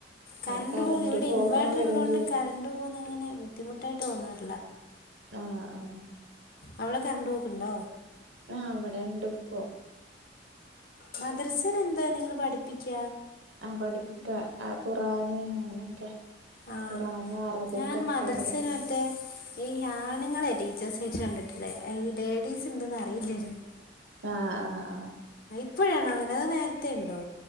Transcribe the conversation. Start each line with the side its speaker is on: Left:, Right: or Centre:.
Right: ഇവിടെ
Left: കറണ്ട്
Right: കറൻ്റ്
Left: പോ ഇവിടെ
Right: പോകും
Left: ഇൻവേർട്ടർ
Right: വരും
Left: ഉള്ളോണ്ട്
Right: ചെയ്യും
Left: കറണ്ട് പോകുന്ന അങ്ങനെ ബുദ്ധിമുട്ടായിട്ട് തോന്നാറില്ല
Right: ആഹ് ആഹ്
Left: അവിടെ കറണ്ട് പോക്കുണ്ടോ
Right: ആ ഇവിടെ ഇണ്ട് ഇപ്പോ
Left: മദ്രസയിൽ എന്താ നിങ്ങള് പഠിപ്പിക്ക
Right: ആ പഠിപ്പിക്ക ആ ഖുർആൻ അങ്ങനെയൊക്കെ
Left: ആഹ്
Right: ഖുറആനും അറബിക്കൊക്കെയാ
Left: ഞാൻ മദ്രസയിൽ
Right: പഠിപ്പി
Left: മറ്റേ ഈ ആണുങ്ങളെയാ ടീച്ചേഴ്സ് ആയിട്ട് കണ്ടിട്ടുള്ളെ ഈ ലേഡീസുണ്ടെന്നറിയില്ലായിരുന്നു
Right: ആഹ് ആഹ് ആഹ്
Left: ഇപ്പോഴാണോ അങ്ങനെ അതോ നേരത്തെണ്ടോ